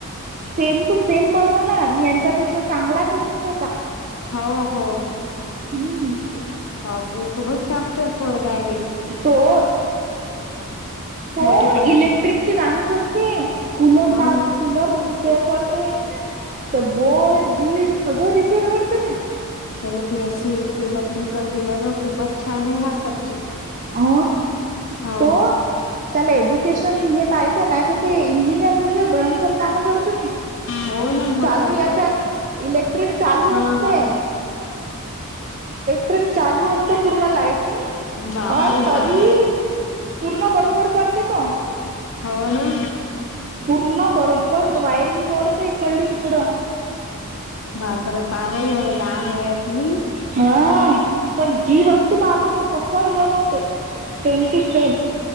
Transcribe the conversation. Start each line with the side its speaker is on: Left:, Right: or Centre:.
Right: सेम टू सेम बनवला यांच्यापेक्षा चांगलाच असन त्याचा
Left: हो हो.
Right: हम्म
Left: बाप रे! खूपच चापटर पोरगा आहे रे.
Right: तो तो
Left: मोठेपणी
Right: इलेक्ट्रिकचे कामं करते. कूलर
Left: हा
Right: लाव कूलर रिपेअर करतो तर बोर्ड बीड सगळं रिपेअर करते ना
Left: त्याने बीएससी इलेक्ट्रिकल दिला ना खूपच छान आहे सब्जेक्ट
Right: अ
Left: हो
Right: तो त्याला एज्युकेशन हे पाहिजे नाही तर ते इंजिनियर म्हणे भयंकर काम करतो तो
Left: हो ना मग
Right: चालू
Left: काय
Right: याच्यात
Left: तर
Right: इलेक्ट्रिक चालू
Left: हा
Right: असते
Left: हा
Right: तर चालू असत पूर्ण लाइटिंग
Left: बापरे
Right: अऑन कधी
Left: बाप
Right: पूर्ण बरोबर करते ना
Left: हो ना
Right: पूर्ण बरोबर वायरिंग जोडत इकडली तिकडं
Left: बापरे पाहा बाई एवढा लाहान वयातनी
Right: हा पण जी वस्तू पाहते तो तसाच बनवते सेम टू सेम